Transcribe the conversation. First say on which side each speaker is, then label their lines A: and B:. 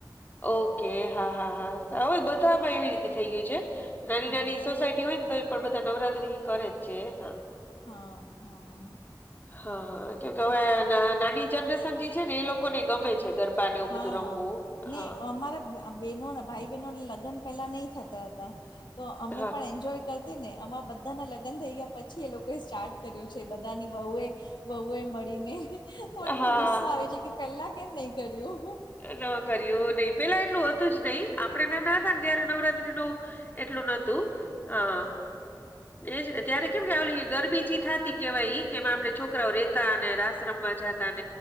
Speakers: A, on the left (about 25°); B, on the left (about 70°).
A: ઓકે હા હા હાાર બધામાં એવી રીતે થઈ ગયું છે નાની
B: હા
A: નાની સોસાયટી હોય તો એ પણ બધા નવરાત્રી કરે જ છે હા
B: હા હા
A: હા કેકે હવે નાની જનરેશન જે છે ને એ લોકોને ગમે છે ગરબ પાનેવું
B: હા
A: બધું રમવું
B: ને
A: હા
B: અમારા બેનો ભાઈ બહેનો લગ્ન પેલા નહી થતા હતા તો અમે
A: હા
B: પણ એન્જોય કર ને આમાં બધાના લગ્ન થઈ ગયા પછી એ લોકોએ સ્ટાર્ટ કર્યું છે બધાની વહુએ વહુ એ મળીને તો મને
A: હા
B: બઉ ગુસ્સા આવે છે કે પેલા કેમ નહી કર્યું
A: ન કર્યું નહી પેલા એટલું હતું જ નહિ આપણે ના ના હતા ને ત્યારે નવરાત્રી નું એટલું નોતું હા એજને ત્યારે કેમ કેલી ગરબીજી થતી કેવાય કેમ આપડે છોકરાઓ રેતા અને આશ્રમમાં જાતા